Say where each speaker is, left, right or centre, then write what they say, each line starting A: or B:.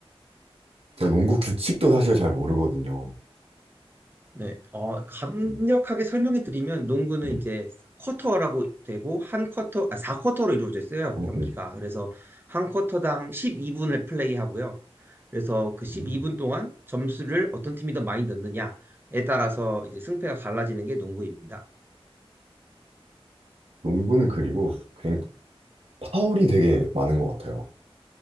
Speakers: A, on the right (about 70°); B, on the right (about 20°).
A: 제가 농구 규칙도 사실 잘 모르거든요.
B: 네, 어, 간략하게
A: 네.
B: 설명해 드리면 농구는
A: 네.
B: 이제 쿼터라고 되고 한 쿼터, 아, 4쿼터로 이루어져 있어요,
A: 어,
B: 경기가.
A: 네.
B: 그래서 한 쿼터당 12분을 플레이하고요. 그래서 그 12분
A: 음.
B: 동안 점수를 어떤 팀이 더 많이 넣느냐에 따라서 이제 승패가 갈라지는 게 농구입니다.
A: 농구는 그리고 굉 파울이 되게 많은 것 같아요.